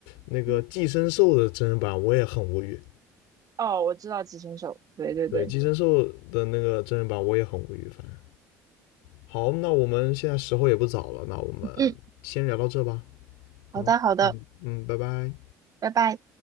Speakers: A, on the left; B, on the right.
A: 那个寄生兽的真人版，
B: 嗯
A: 我也很无语。
B: 哦，我知道《寄生兽》，对对对，
A: 对，寄生兽的那个真人版我也很无语。反正好，那我们现在时候也不早了，那我们
B: 嗯，
A: 先聊到这吧。
B: 好的好的，
A: 好，嗯嗯，拜拜。
B: 拜拜。